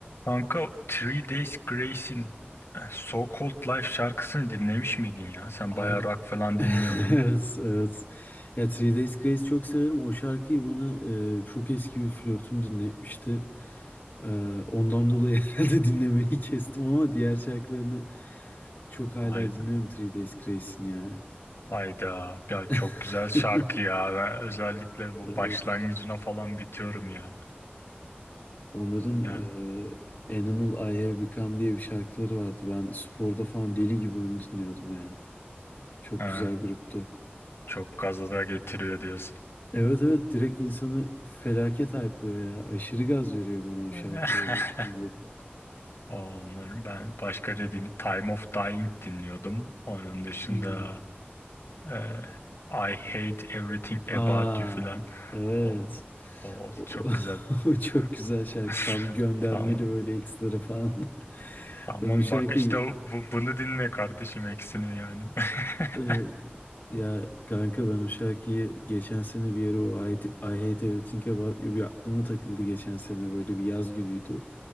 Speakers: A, on the left (about 80°); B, on the left (about 45°).
A: Kanka Three Days Grace'in eh, So Called Life şarkısını dinlemiş miydin ya? Sen
B: Abi
A: bayağı rock falan
B: <laughs>
A: dinliyordun.
B: evet, evet. Ya Three Days Grace çok severim. O şarkıyı bana e, çok eski bir flörtüm dinletmişti. E, ondan dolayı <laughs> herhalde dinlemeyi kestim ama diğer şarkılarını çok hala
A: Hayda.
B: dinliyorum Three Days Grace'in ya.
A: Hayda. Ya
B: <laughs>
A: çok güzel şarkı ya. Ben özellikle bu
B: Evet.
A: başlangıcına falan bitiyorum ya.
B: Onların
A: Ya.
B: e, Animal I Have Become diye bir şarkıları vardı. Ben sporda falan deli gibi onu dinliyordum ya. Çok
A: Ha,
B: güzel gruptu.
A: çok gaza da getiriyor diyorsun.
B: Evet evet direkt insanı felaket hype'lıyor ya. Aşırı gaz veriyor bana o şarkıları.
A: <laughs>
B: Bunların.
A: Onları ben başka ne din Time of Dying dinliyordum. Onun dışında
B: Hmm.
A: eh, I Hate Everything
B: Aa
A: About You falan.
B: evet.
A: O, o
B: O,
A: çok
B: <laughs>
A: güzel.
B: o çok güzel şarkı.
A: <laughs>
B: Tam göndermeli
A: Tamam.
B: böyle ekstra falan. <laughs>
A: Tamam
B: Ben o şarkıyı
A: bak işte bu, bunu dinle kardeşim eksine yani. <laughs>
B: e, ya kanka ben o şarkıyı geçen sene bir yere o I, I Hate Everything About You bir aklıma takıldı geçen sene böyle bir yaz günüydü.